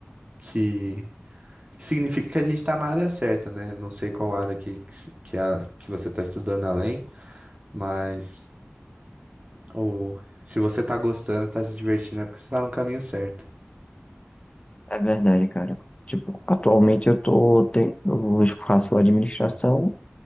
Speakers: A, on the right; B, on the left.
A: que significa que a gente está na área certa, né? Não sei qual área que, que, que, a- que você está estudando além, mas o, se você está gostando, está se divertindo, é porque você está no caminho certo.
B: É verdade, cara. Tipo, atualmente eu tô, te- eu faço administração